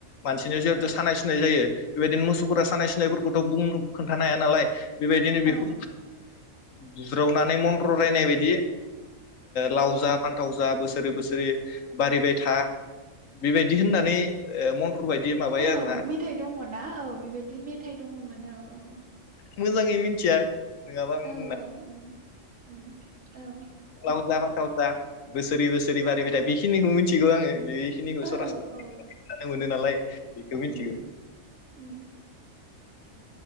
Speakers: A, on the left; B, on the right.
A: मानसिनो जिहेथु सानाय सुनाय जायो बेबायदिनो मोसौफोरा सानाय सुनायफोरखौथ' बुंनो खोनथानो हाया नालाय बेबायदिनो बेखौ
B: औ
A: बुज्रावनानै <inaudible> बिदि लाव जा फानथाव जा बोसोरै बोसोरै बारिबाय था। बेबायदि होननानै मन्थ्रर बायदि माबायो
B: औ
A: आरोना <inaudible>
B: मेथाइ दङ ना औ बेबायदि मेथाइ दङमोन औ औ
A: मोजांङै मोन्थिया। नङाबा आं
B: औ
A: बुंना
B: औ उम उम औ
A: लावज जा फाथाव जा बोसोरै बोसोरै बारायबायथा बेखिनिखौ मिथिगौ आङो। बे खिनिखौ
B: औ
A: सरा <unintelligible>
B: औ
A: मोनो नालाय बेखौ मिनथिगौ।
B: उम उम